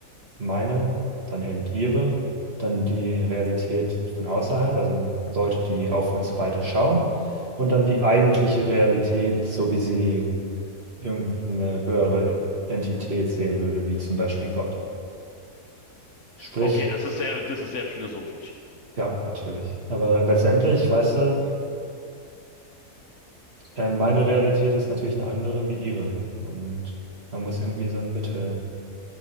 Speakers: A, on the right; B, on the left.
A: meine, dann eben ihre, dann die Realität von außerhalb, also Leute, die auf uns beide schauen, und
B: Mhm.
A: dann die eigentliche Realität, so wie sie irgendeine höhere Entität sehen würde, wie zum Beispiel Gott. Sprich,
B: Okay, das ist sehr, das ist sehr philosophisch.
A: ja, natürlich. Aber letztendlich, weißt du, äh, meine Realität ist natürlich eine andere wie ihre. Und man muss irgendwie so ein Mittelfeld